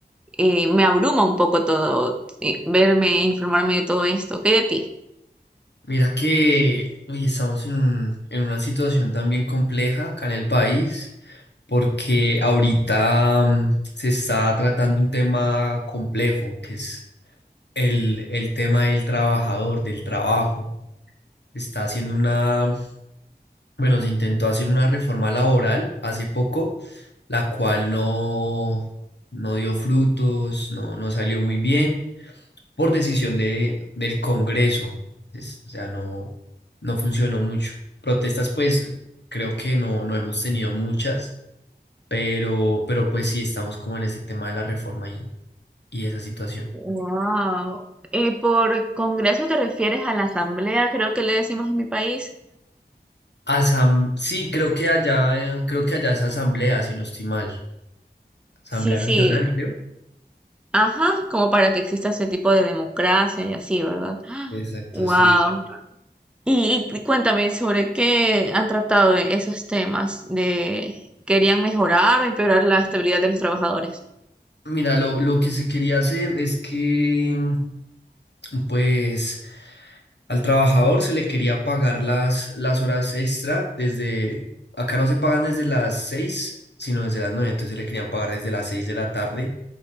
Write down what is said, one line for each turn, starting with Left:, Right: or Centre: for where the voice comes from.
Centre: eh, me abruma un poco todo, eh, verme, e informarme de todo esto. ¿Qué hay de ti?
Left: Mira que, uy, estamos en un- en una situación también compleja acá en el país, porque ahorita mm, se está tratando un tema complejo, que es el, el tema del trabajador, del trabajo. Se Está haciendo una, bueno, se intentó hacer una reforma laboral hace poco, la cual no, no dio frutos, no, no salió muy bien. por decisión de, del Congreso. Es- o sea, no, no funcionó mucho. Protestas, pues creo que no, no hemos tenido muchas, pero, pero pues sí estamos como en ese tema de la reforma y, y esa situación.
Centre: Wow. Eh, por Congreso te refieres a la Asamblea, creo que le decimos en mi país.
Left: Asam sí, creo que allá, eh, creo que allá es asamblea, si no estoy mal. Asamblea
Centre: Sí,
Left: Nacional,
Centre: sí,
Left: creo.
Centre: ajá, como para que exista ese tipo de democracia y así, ¿verdad?
Left: Exacto,
Centre: Wow.
Left: sí.
Centre: Y, y cuéntame sobre qué han tratado de esos temas de querían mejorar o empeorar la estabilidad de los trabajadores.
Left: Mira, lo, lo que se quería hacer es que, mm, pues, Al trabajador se le quería pagar las, las horas extra desde, acá no se pagan desde las seis sino desde las nueve entonces se le querían pagar desde las 6 de la tarde.